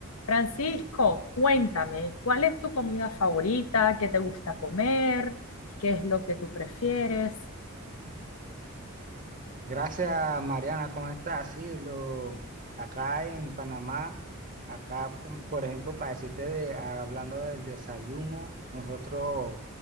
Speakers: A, on the left; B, on the right.
A: Francisco, cuéntame, ¿cuál es tu comida favorita? ¿Qué te gusta comer? ¿Qué es lo que tú prefieres?
B: Gracias, Mariana, ¿cómo estás? Sí, lo, acá en Panamá, acá, cum- por ejemplo, para decirte, de- hablando del desayuno, nosotros